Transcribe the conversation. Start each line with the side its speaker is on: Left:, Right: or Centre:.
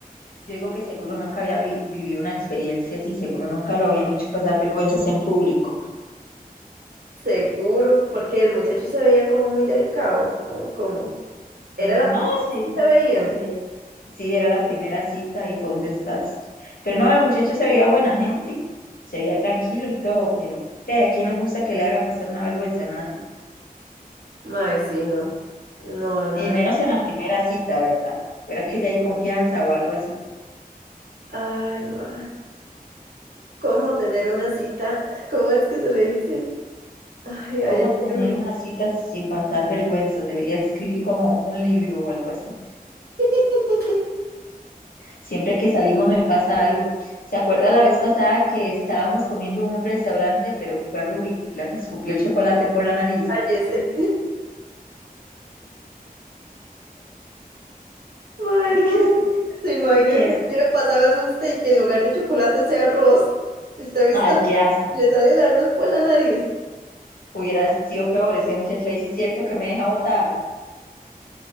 Left: Yo digo que seguro nunca había vi- vivido una experiencia así, seguro nunca lo habían hecho pasar vergüenzas en público.
Right: Seguro, porque el muchacho se veía como muy delicado, o como... ¿Era
Left: Mm,
Right: la primera
Left: No, se,
Right: vez que se veían?
Left: se sí, era la primera cita y fue un desastre. Pero no, el muchacho se veía buena gente, se veía tranquilo y todo, pero de a quién le gusta que le hagan pasar una vergüenza a nadie.
Right: Ma, sí, no. No a nadie.
Left: Y menos en la primera cita, ¿verdad? Fuera que ya hay confianza o algo así.
Right: Ay, ma. ¿Cómo tener una cita? <laughs> ¿Cómo es que se le dice? Ay,
Left: ¿Cómo
Right: ayúdeme.
Left: tener una cita sin pasar vergüenzas? Debería escribir como un libro o algo así.
Right: <laughs>
Left: Siempre que salimos me pasa algo. ¿Se acuerda la vez pasada que estábamos comiendo en un restaurante, pero fue Ruby la que escupió el chocolate por la nariz?
Right: Cállese. Mae,
Left: <laughs> Que,
Right: no.
Left: escu-
Right: ¿Se imagina
Left: que
Right: que
Left: escu-
Right: le hubiera pasado eso a usted y que en lugar de chocolate sea arroz? ¿Usted ha visto?
Left: Ay, qué asco.
Right: Le sale el arroz por la nariz.
Left: Hubiera sido peor, ese muchacho ahí sí es cierto que me deja botada.